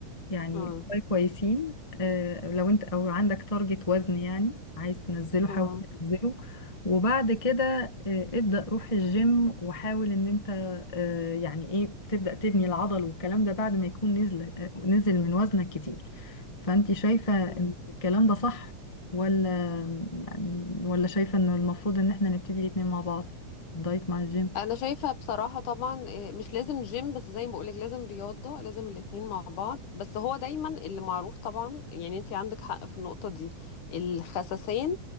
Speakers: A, on the left; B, on the left.
A: يعني
B: مم.
A: شوية كويسين آه، لو انت او عندك تارجت وزن يعني عايز تنزله حاول
B: مم.
A: تنزله وبعد كده آه، ابدأ روح الجيم وحاول ان انت آه، يعني ايه تبدأ تبني العضل والكلام ده بعد ما يكون نزل آه، نزل من وزنك كتير فانت شايفة ان
B: مم.
A: الكلام ده صح ولا يعني ولا شايفة ان المفروض ان احنا نبتدي الاتنين مع بعض الدايت مع الجيم
B: انا شايفه بصراحه طبعا إيه، مش لازم جيم بس زي ما بقولك لازم رياضه لازم الاتنين مع بعض بس هو دايما اللي معروف طبعا يعني انت عندك حق في النقطه دي الخسسان